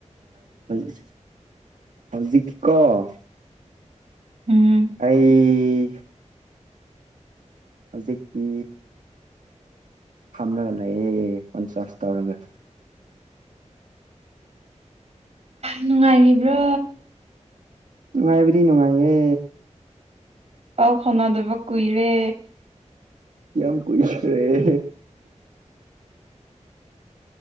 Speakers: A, on the right; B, on the right.
A: ꯍꯧ ꯍꯧꯖꯤꯛ ꯀ‌ꯣ
B: ꯎꯝ
A: ꯑꯩ ꯍꯧꯖꯤꯛꯇꯤ ꯐꯝꯂꯒ ꯂꯥꯛꯑꯦ ꯄꯟꯆꯥꯁ ꯇꯧꯔꯒ
B: ꯅꯨꯡꯉꯥꯏꯔꯤꯕ꯭ꯔꯣ
A: ꯅꯨꯡꯉꯥꯏꯕꯔꯤ ꯅꯨꯡꯉꯥꯏꯌꯦ
B: ꯄꯥꯎ ꯐꯧꯅꯗꯕ ꯀꯨꯏꯔꯦ
A: ꯌꯥꯝ ꯀꯨꯏꯈꯔꯦ